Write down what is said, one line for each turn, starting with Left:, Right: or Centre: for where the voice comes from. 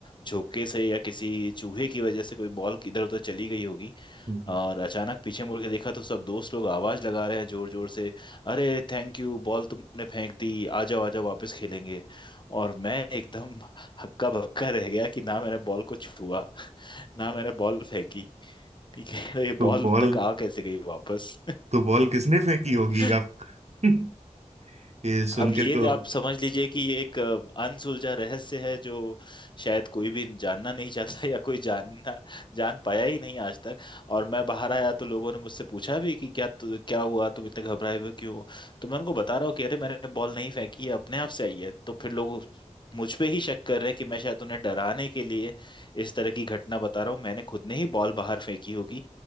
Left: झोंके से या किसी चूहे की वजह से कोई बॉल इधर उधर चली गई होगी
Right: हम्म।
Left: और अचानक पीछे मुड़ के देखा तो सब दोस्त लोग आवाज लगा रहे हैं जोर जोर से अरे थैंक यू बॉल तुमने फेंक दी आ जाओ आ जाओ वापस खेलेंगे और मैं एकदम हक्का बक्का रह गया कि ना मैंने बॉल को छुआ <laughs> ना मैंने बॉल फेंकी ठीक है ये
Right: तो
Left: बॉल
Right: बॉल
Left: उन तक आ कैसे गई वापस
Right: तो बॉल किसने फेंकी होगी
Left: <laughs>
Right: आप <laughs> ये सुन
Left: अब
Right: के
Left: ये
Right: तो
Left: आप समझ लीजिए कि ये एक अ, अनसुलझा रहस्य है जो शायद कोई भी जानना नहीं चाहता <laughs> या कोई जानना जान पाया ही नहीं आज तक और मैं बाहर आया तो लोगों ने मुझसे पूछा भी कि क्या तु- क्या हुआ तुम इतने घबराए हुए क्यों हो? तो मैं उनको बता रहा हूँ कि अरे मैंने बॉल नहीं फेंकी है अपने आप से आई है तो फिर लोग मुझ पे ही शक कर रहे हैं कि मैं शायद उन्हें डराने के लिए इस तरह की घटना बता रहा हूँ मैंने खुद ने ही बॉल बाहर फेंकी होगी